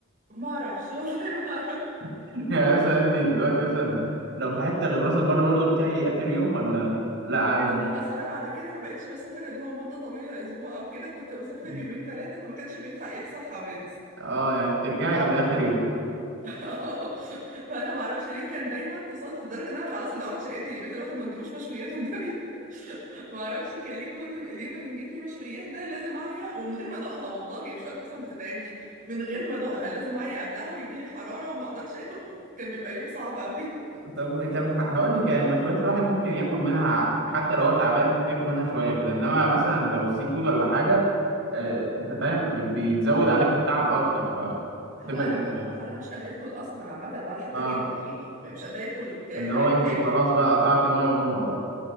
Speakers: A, on the right; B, on the right.
A: ما اعرفش والله ما اعرف
B: <laughs> يعني مثلا أنت دلوقتي مثلا لو لو في حتة غير راس البر برضو بتاعي آخر يوم ولا لا عادي
A: لا اصل انا بعد كده ما بقتش بسافر اللي هو مده طويله اسبوع او كده كنت بسافر
B: مم.
A: يومين ثلاثه فما كانش بيلحق يحصل حوادث
B: اه يعني بترجعي قبل آخر يوم
A: <laughs> فانا ما اعرفش ليه كان دايما تصادف لدرجه ان انا خلاص اللي هو اتشائمت يعني بقيت اللي هو طب ما تجيبوش مشويات والنبي ما اعرفش كان ليه كل اليوم اللي نجيب فيه مشويات ده لازم اعيا ومن غير ما ادوقها والله مش هقولك مثلا بتتعبني من غير ما ادوقها لازم اعيا قبلها ويجي لي حراره وما اقدرش اكل وكان بيبقى يوم صعب قوي
B: طب
A: <laughs>
B: طب هقول لك يعني مشويات الواحد ممكن ياكل منها حتى لو هو تعبان ممكن ياكل منها شويه كده انما مثلا لو السي فود ولا حاجه آه انت فاهم بي- بيزود عليك التعب اكتر فتبقى
A: هو انا
B: دايما
A: ببقى في مرحله انا مش قادره اكل اصلا عامه ولا حتى
B: اه
A: جبنه يعني م- مش قادره اكل ك- اي
B: اللي هو انت
A: حاجه
B: خلاص بقى قطعت ميه ونور بقى